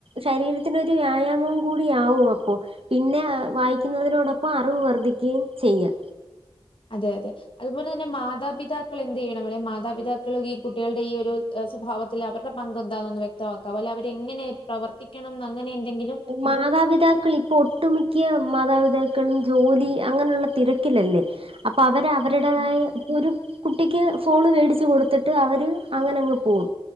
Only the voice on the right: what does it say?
ശരീരത്തിനൊരു വ്യായാമവും കൂടിയാവു അപ്പോ പിന്നെ അഹ് വായിക്കുന്നതിനോടൊപ്പ അറിവ് വർദ്ധിക്കുകയും ചെയ്യ
മാതാപിതാക്കളിപ്പോ ഒട്ടു മിക്ക്യ മാതാപിതാക്കളും ജോലി അങ്ങനുള്ള തിരക്കിലല്ലേ? അപ്പവര് അവര്ടേതായ
ഒരു കുട്ടിക്ക് ഫോണ് വേടിച്ച് കൊടുത്തിട്ട് അവര് അങ്ങനങ്ങ് പോവും